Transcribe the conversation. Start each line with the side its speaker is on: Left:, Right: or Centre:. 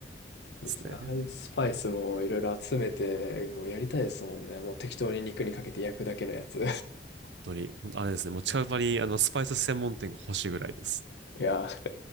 Left: いいですね。
Right: すね。
Left: ああいうスパイスもいろいろ集めて、もうやりたいですもんね。もう適当に肉にかけて焼くだけのやつ。<laughs> い
Right: 当に、あれですね、もう近場にあのスパイス専門店が欲しいぐらいです。
Left: やー